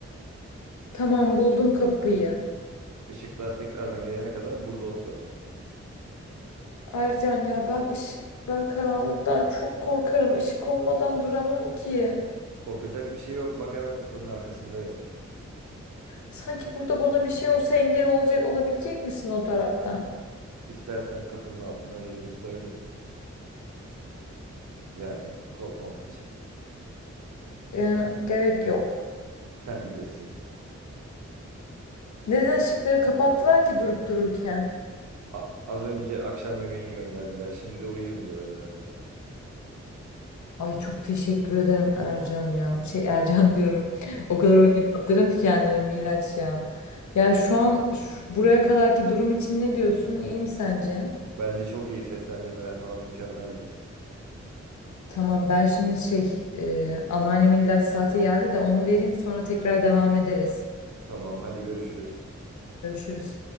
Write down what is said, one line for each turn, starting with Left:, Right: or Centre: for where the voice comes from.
Left: Tamam buldum kapıyı.
Right: Işıklar tekrardan gelene kadar burada oturalım.
Left: Ercan ya ben ışık ben karanlıktan çok korkarım. Işık olmadan duramam ki.
Right: Korkacak bir şey yok. Bak hemen kapının arkasındayım.
Left: Sanki burada bana bir şey olsa engel olacak olabilecek misin o taraftan?
Right: İstersen kapının altından elimi tutabilirsin. Yani korkmaman için.
Left: e, gerek yok.
Right: Sen bilirsin.
Left: Neden ışıkları kapattılar ki durup dururken?
Right: A- az önce akşam yemeğini gönderdiler. Şimdi de uyuyun diyorlar herhalde.
Left: Ay çok teşekkür ederim Ercan ya. Şey Ercan diyorum. <laughs> O kadar oyuna kaptırdım ki kendimi Miraç ya. Yani şu an şu- buraya kadarki durum için ne diyorsun? İyi mi sence?
Right: Bence çok iyi seslendirmeler falan mükemmeldi.
Left: Tamam ben şimdi şey e, anneannemin ilaç saati geldi de onu vereyim sonra tekrar devam ederiz.
Right: Tamam, hadi görüşürüz.
Left: Görüşürüz.